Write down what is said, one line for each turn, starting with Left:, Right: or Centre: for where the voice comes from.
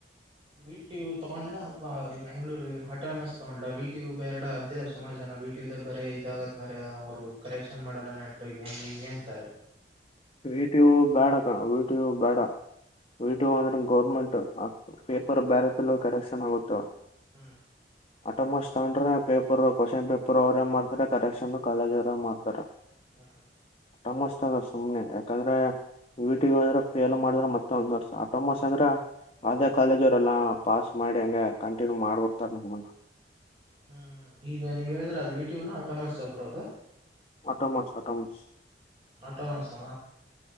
Right: ಬಿಟಿ ಯು ತಗ್ಾ ಅಥವಾ ಮಂಗಗಳೂ ಹಟೋನಮಸ್ ತೊಗೊಂಡ್ಾ ಬಿಟಿ ಯು ಬೇರಡ ಅಂತ ಸುಮಾರು ಜನ ಬೀಟ್ಯೂಲ್ಲಿ ಬರೀ ಇದಾಗತ್ ಮರ ಅವ್ರು ಕರೆಕ್ಷನ್ ಮಾಡಲ್ಲ ನೆಟ್ಟು ಹೆಂಗ ಹಿಂಗೆ ಅಂತಾರೆ
Left: ವೀಟು ಬೇಡಕ ವೀಟು ಬೇಡ ಇಟ ಅಂದ್ರ ಗೌರ್ಮೆಂಟ್ ಪೇಪರ್ ಬ್ಯಾರತ್ಲ್ಲ ಕರೆಕ್ಷನ್ ಆಗುತ್ತ
Right: ಹ್ಮ್
Left: ಆಟೋಮಸ್ ತಾಂಡ್ರ ಪೇಪರ್ ಕ್ವಶನ್ ಪೇಪರ್ ಅವರೇ ಮಾಡ್ತಾರ ಕರೆಕ್ಷನ್ ಕಾಲೇಜ ಅವರೇ ಮಾಡ್ತಾರೆ
Right: ಹಾ
Left: ಟ ಮಸ್ತ ಅಸ್ ಸುಮ್ಮನೆ ಯಾಕಂದ್ರೆ ಇಟಿ ಅಂದ್ರೆ ಫೇಲ್ ಮಾಡಿದ್ರೆ ಮತ್ತೆ ಒಂದ್ ವರ್ಷ ಆಟೋಮಸ್ ಅಂದ್ರೆ ಅದೇ ಕಾಲೇಜ ಅವರೆಲ್ಲಾ ಪಾಸ್ ಮಾಡಿ ಹಂಗೆ ಕಂಟಿನ್ಯೂ ಮಾಡ್ಬಿಡ್ತಾರ ನಮ್ಮಂಡ
Right: ಹ್ಮ್ ಈಗ ನೀವ್ ಹೇಳಿದ್ರೆ ಅದ್ ವಿಟಿನು ಟೊಮಸ್ ಒಬ್ರ ಅದು
Left: ಆಟ ಮಾಚ್ ಆಟ ಮಾಚ್
Right: ಆಟೋ ಮಾಸಾ